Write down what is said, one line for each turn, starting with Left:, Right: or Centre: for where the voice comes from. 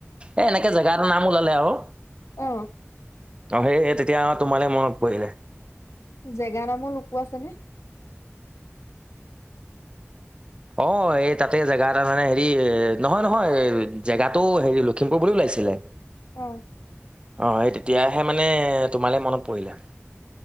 Right: এ এনেকে জেগা এটা নাম ওলালে আৰু
Left: অ
Right: অ সেই তেতিয়া তোমালে মনত পৰিলে
Left: জেগা নামো লোকো আছে নে
Right: অ এই তাতে জেগা এ তটা মানে হেৰি নহয় নহয় জেগাতটোও হেৰি লখিমপুৰ বুলিও ওলাইছিলে
Left: অ
Right: অঁ এই তেতিয়াহে মানে তোমালৈ মনত পৰিলে